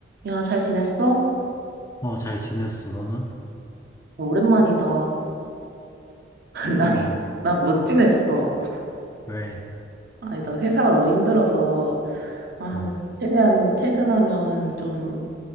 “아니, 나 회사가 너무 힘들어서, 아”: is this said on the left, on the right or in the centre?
Right